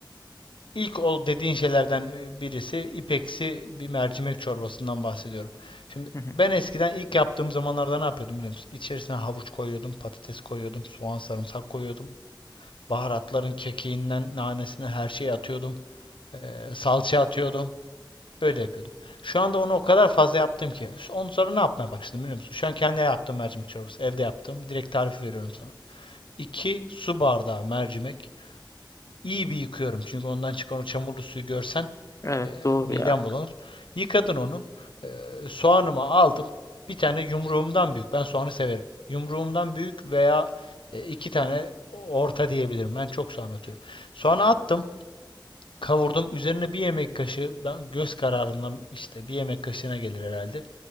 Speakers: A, on the left; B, on the left.
A: İlk ol dediğin şeylerden e, birisi ipeksi bir mercimek çorbasından bahsediyorum. Şimdi
B: <laughs>
A: ben eskiden ilk yaptığım zamanlarda ne yapıyordum biliyor musun? İçerisine havuç koyuyordum, patates koyuyordum, soğan, sarımsak koyuyordum. Baharatların kekiğinden nanesine her şeyi atıyordum. Ee, salça atıyordum. Böyle yapıyordum. Şu anda onu o kadar fazla yaptım ki. Ondan sonra ne yapmaya başladım biliyor musun? Şu an kendi yaptığım mercimek çorbası. Evde yaptım. Direkt tarifi veriyorum sana. 2 su bardağı mercimek. İyi bir yıkıyorum. Çünkü ondan çıkan o çamurlu suyu görsen
B: Evet,
A: e,
B: doğru
A: midem
B: ya.
A: bulanır. Yıkadın onu. E, soğanımı aldım. Bir tane yumruğumdan büyük. Ben soğanı severim. Yumruğumdan büyük veya e, iki tane orta diyebilirim. Ben çok soğan atıyorum. Soğanı attım. Kavurdum. Üzerine bir yemek kaşığı, ben göz kararından işte bir yemek kaşığına gelir herhalde.